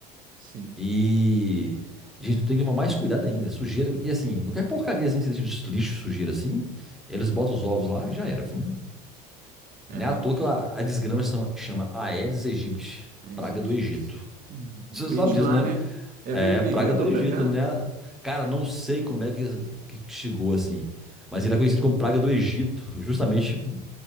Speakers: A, on the right (about 40°); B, in the centre.
A: Sim.
B: E. Gente, tem que tomar mais cuidado ainda. É Sujeira. E assim, qualquer porcaria assim que você deixa de lixo, sujeira assim, eles
A: Uhum.
B: botam os ovos lá e já era, viu?
A: É,
B: Não
A: né?
B: é à toa que a, a desgrama chama, chama Aedes aegypti,
A: Relationships.
B: praga do Egito.
A: Uhum.
B: Você
A: Veio
B: sabe
A: de
B: disso,
A: lá,
B: né?
A: né? É,
B: É,
A: veio migrando
B: praga do Egito,
A: pra cá?
B: né? Cara, não sei como é que, que chegou assim, mas ele é conhecido como praga do Egito, justamente,
A: Né?
B: tipo,